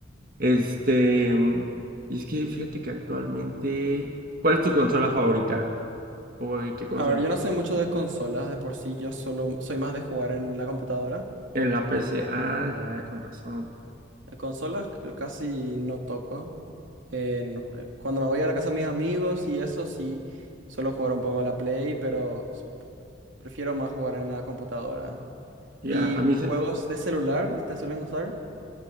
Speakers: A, on the right (about 45°); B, on the right (about 80°).
A: Este, mm, y es que fíjate que actualmente, ¿cuál es tu consola favorita? ¿O en qué consola?
B: A ver, yo no soy mucho de consolas, de por sí yo solo soy más de jugar en la computadora.
A: En la PC. Ah, ya, con razón.
B: Eh, Consolas c- casi no toco. En jue- cuando me voy a la casa de mis amigos y eso sí, suelo jugar un poco a la Play, pero s- prefiero más jugar en la computadora.
A: Ya,
B: ¿Y
A: a mí se-
B: juegos de celular te suelen gustar?